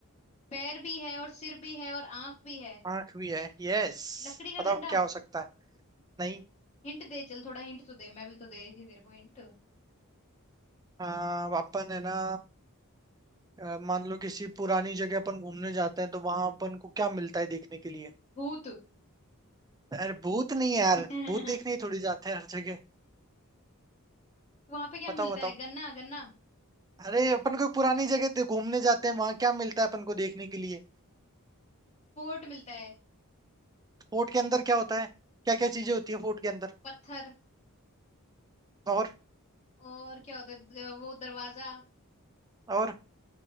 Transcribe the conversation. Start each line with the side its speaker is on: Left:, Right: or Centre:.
Left: पैर भी है और सिर भी है और आंख भी है
Right: आंख भी है यस
Left: लकड़ी का
Right: बताओ
Left: डंडा
Right: क्या हो सकता है नहीं
Left: हिंट दे चल थोड़ा हिंट तो दे मैं भी तो दे रही थी तेरे को हिंट
Right: आ, अपन है ना अ, मान लो किसी पुरानी जगह अपन घूमने जाते हैं तो वहां अपन को क्या मिलता है देखने के लिए
Left: भूत
Right: अरे भूत नहीं है यार
Left: <laughs>
Right: भूत देखने ही थोड़ी जाते हैं हर जगह
Left: वहां पे क्या
Right: बताओ
Left: मिलता
Right: बताओ
Left: है गन्ना गन्ना
Right: अरे अपन को पुरानी जगह पे घूमने जाते हैं वहां क्या मिलता है अपन को देखने के लिए
Left: पोर्ट मिलता है
Right: फोर्ट के अंदर क्या होता है क्या क्या चीजें होती है फोर्ट के अंदर
Left: पत्थर
Right: और
Left: और क्या होता है द- वो दरवाजा
Right: और